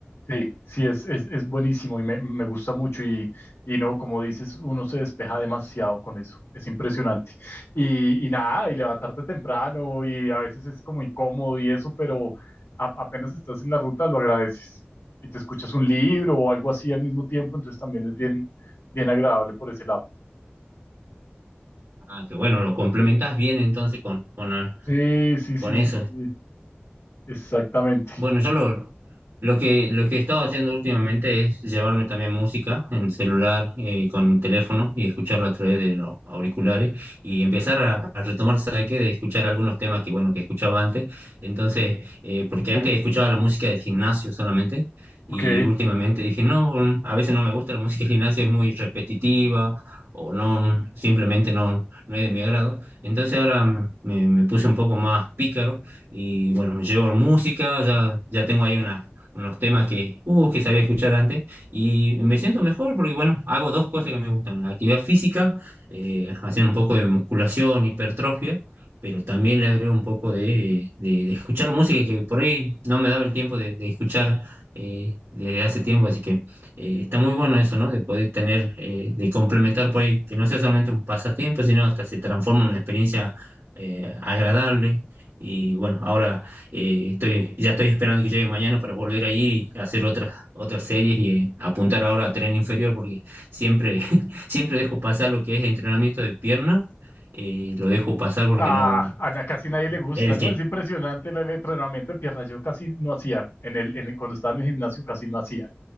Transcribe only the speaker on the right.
Ah, que bueno, lo complementas bien entonces con, con,
con eso.
Bueno, yo lo, lo que, lo que he estado haciendo últimamente es llevarme también música en celular, eh, con teléfono y escucharlo a través de los auriculares y empezar a, a retomar, ¿sabe qué? De escuchar algunos temas que, bueno, que escuchaba antes. Entonces, eh, porque antes escuchaba la música del gimnasio solamente y
últimamente dije, no, mm, a veces no me gusta la <laughs> música del gimnasio, es muy repetitiva o no, simplemente no, no es de mi agrado. Entonces ahora mm, me, me puse un poco más pícaro y bueno, me llevo música, ya, ya tengo ahí una- unos temas que, uh, que sabía escuchar antes y me siento mejor porque, bueno, hago dos cosas que me gustan, la actividad física, eh, haciendo un poco de musculación, hipertrofia, pero también le agrego un poco de, de- de escuchar música que por ahí no me daba el tiempo de, de escuchar eh, desde hace tiempo, así que eh, está muy bueno eso, ¿no? De poder tener, eh, de complementar por ahí, que no sea solamente un pasatiempo, sino hasta se transforma en una experiencia eh, agradable y bueno, ahora eh, estoy, ya estoy esperando que llegue mañana para volver a ir y hacer otras, otras series y eh, apuntar ahora a tren inferior, porque siempre, <laughs> siempre dejo pasar lo que es entrenamiento de pierna, eh, lo dejo pasar porque
no,
el
que...